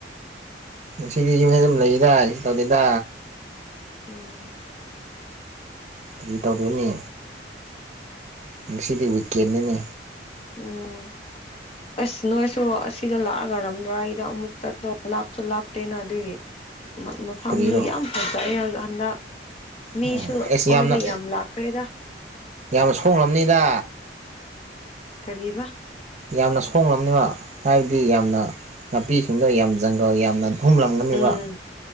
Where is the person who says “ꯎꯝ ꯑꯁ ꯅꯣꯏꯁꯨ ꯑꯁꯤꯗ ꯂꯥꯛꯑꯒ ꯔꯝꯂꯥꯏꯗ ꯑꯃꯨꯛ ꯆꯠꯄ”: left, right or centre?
Left